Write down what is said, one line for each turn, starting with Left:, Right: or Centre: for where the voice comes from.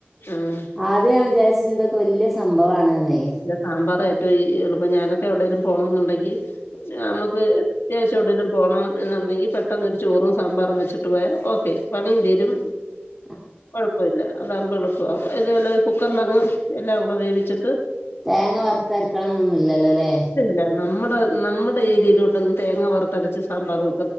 Left: ഉം
Centre: ആദ്യം ഞാൻ വിചാരിച്ച് ഇന്തൊക്കെ വല്യ സംഭവമാണന്നേ.
Left: സാമ്പാറ് ഏറ്റവും ഈ എള്ളൂപ്പം ഞാനൊക്കെ എവിടെലും പോണം എന്നുണ്ടെങ്കിൽ നമുക്ക് അത്യാവശ്യം എവിടെലും പോകണം എന്നുണ്ടെങ്കിൽ പെട്ടെന്ന് ഒരു ചോറും സാമ്പാറും വെച്ചിട്ട് പോയാ ഓക്കെ പണിയും തീരും.
Centre: <inaudible>
Left: കുഴപ്പമില്ല, അതാകുമ്പോ എളുപ്പമാ ഇതല്ലാം ഈ കുക്കറിലങ്ങ് എല്ലാം കൂടെ വേവിച്ചിട്ട്.
Centre: തേങ്ങ വറുത്തരക്കണം എന്നൊന്നുമില്ലല്ലോല്ലേ.
Left: ഇല്ല, നമ്മുടെ നമ്മുടെ ഏരിയയിലോട്ടൊന്നും തേങ്ങ വറുത്തരച്ച് സാമ്പാറും.